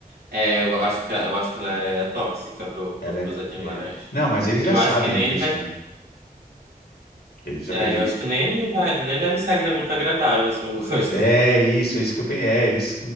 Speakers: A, on the right; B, on the left.
A: É, eu acho que, eu acho que ela é tóxica pro, pro,
B: Ela
A: pros
B: é,
A: animais.
B: é... Não, mas eles já
A: Eu
B: sabem
A: acho que nem
B: disso,
A: ele vai.
B: né? Eles acreditam
A: é, eu acho que nem ele vai. Nem deve ser agra- muito agradável, assim, o gosto.
B: É isso, é isso que eu pensei. É, eles,